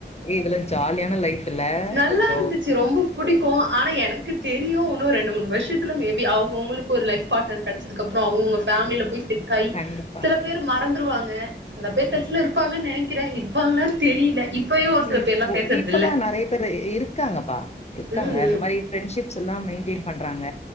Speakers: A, on the left (about 35°); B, on the right (about 85°).
A: இதுல ஜாலியான லைஃப் இல்ல
B: நல்லாருந்துச்சு
A: கொஞ்சோ
B: ரொம்ப புடிக்கு ஆனா எனக்கு தெரியு இன்னு ரெண்டு மூணு வருஷத்துத்துல மேபி அவங்கவுங்களுக்கு ஒரு லைஃப் பார்ட்னர் கெடச்ச துக்கப்றோ அவுங்கவுங்க பேமிலீல போய் செட் காய்
A: கண்டிப்பா
B: சில பேரு மறந்துருவாங்க சில பேர் டச்ல இருப்பாங்கன் நெனைக்கிறே இருப்பாங்களான் தெரில இப்பயு ஒரு சில
A: இப்போ
B: பேர்லா பேசறதில்ல
A: இப்பலா நெறைய பேரு இருக்காங்கப்பா இருக்காங்க
B: ம்
A: அந்த மாரி ஃப்ரெண்ஷிப்ஸெல்லா மெயின்டெய்ன் பண்றாங்க